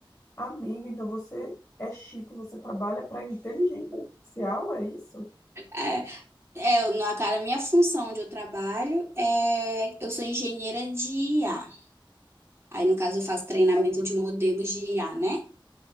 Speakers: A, on the left; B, on the right.
A: amiga, então você é chique, você trabalha para inteligência artificial, é isso?
B: É, é, eu- na cara, a minha função onde eu trabalho é, eu sou engenheira de IA. Aí, no caso, eu faço treinamento de modelos de IA, né?